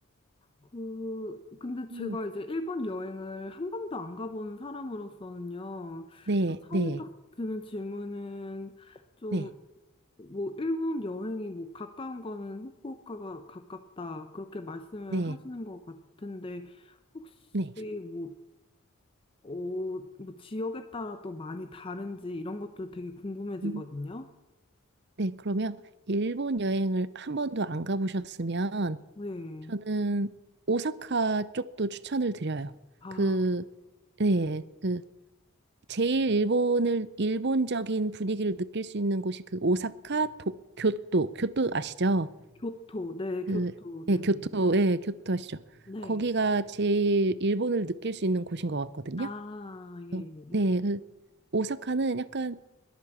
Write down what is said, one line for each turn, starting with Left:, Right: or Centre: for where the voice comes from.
Left: 그, 근데 제가
Right: 음,
Left: 이제 일본 여행을 한 번도 안 가본 사람으로서는요,
Right: 네,
Left: 처음에
Right: 네,
Left: 딱 드는 질문은 좀,
Right: 네,
Left: 뭐, 일본 여행이 뭐, 가까운 거는 후쿠오카가 가깝다, 그렇게 말씀을
Right: 네,
Left: 하시는 것 같은데, 혹시
Right: 네.
Left: 뭐, 어, 뭐, 지역에 따라 또 많이 다른지 이런 것도 되게 궁금해지거든요.
Right: 음. 네, 그러면 일본 여행을 한 번도 안 가보셨으면
Left: 네.
Right: 저는 오사카 쪽도 추천을 드려요.
Left: 아,
Right: 그, 네, 그 제일 일본을 일본적인 분위기를 느낄 수 있는 곳이 그 오사카 도, 교토, 교토 아시죠?
Left: 교토, 네, 교토,
Right: 그,
Left: 네,
Right: 네,
Left: 네.
Right: 교토, 예, 교토 아시죠?
Left: 네.
Right: 거기가 제일 일본을 느낄 수 있는 곳인 것 같거든요.
Left: 아, 예,
Right: 그래서
Left: 예.
Right: 네, 그 오사카는 약간